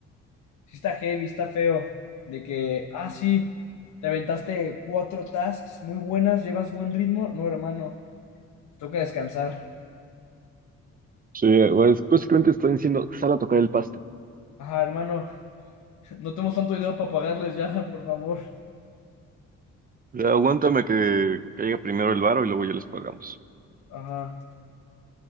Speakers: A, on the left; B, on the right.
A: sí está heavy, está feo, de que, ah, sí, te aventaste cuatro tasks muy buenas, llevas buen ritmo, no, hermano, te toca descansar.
B: Sí, pues básicamente está diciendo, sal a tocar el pasto.
A: Ajá, hermano, <laughs> no tenemos tanto dinero para pagarles ya, <laughs> por favor.
B: Ya, aguántame que caiga primero el varo y luego ya les pagamos.
A: Ajá,